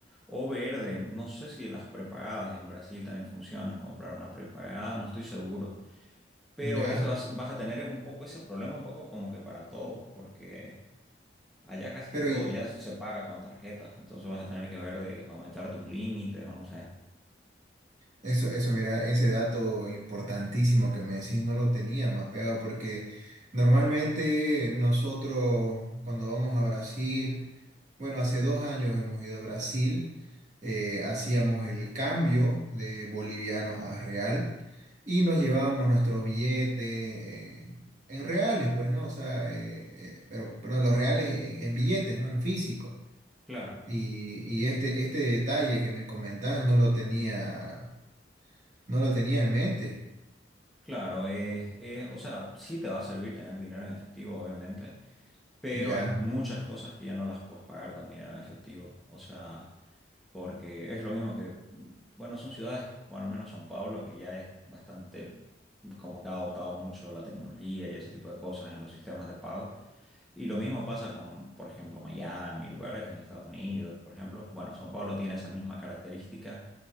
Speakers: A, in the centre; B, on the right.
A: O ver de, no sé si las prepagadas en Brasil también funcionan, comprar una prepagada, no estoy seguro. Pero
B: ya.
A: ese vas, vas a tener un poco ese problema, un poco como que para todo, porque Allá casi
B: Pero,
A: que todo
B: y-
A: ya se paga con tarjeta, entonces vas a tener que ver de aumentar tus límites o no sé.
B: Eso, eso, mira, ese dato importantísimo que me decís no lo tenía mapeado porque normalmente nosotros cuando vamos a Brasil, bueno, hace dos años hemos ido a Brasil, eh, hacíamos el cambio de bolivianos a real y nos llevábamos nuestros billetes eh, en reales, pues, ¿no? O sea, eh, eh, pero, perdón, los reales en, en billetes, ¿no? En físico.
A: Claro,
B: Y, y este, este detalle que me comentás no lo tenía. No lo tenía en mente,
A: claro, es, es- o sea, sí te va a servir tener dinero en efectivo, obviamente, pero
B: ya,
A: hay muchas cosas que ya no las puedes pagar con dinero en efectivo, o sea, porque es lo mismo que, bueno, son ciudades, bueno, al menos São Paulo, que ya es bastante, como que ha adoptado mucho la tecnología y ese tipo de cosas en los sistemas de pago. Y lo mismo pasa con, por ejemplo, Miami, lugares en Estados Unidos, por ejemplo. Bueno, São Paulo tiene esa misma característica